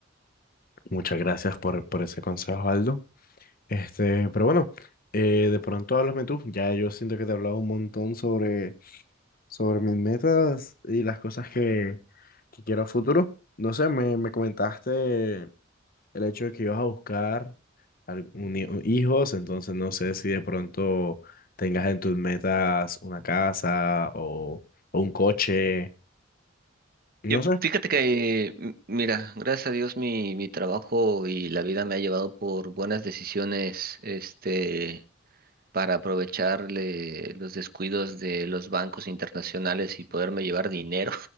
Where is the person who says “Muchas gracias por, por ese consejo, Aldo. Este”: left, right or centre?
Left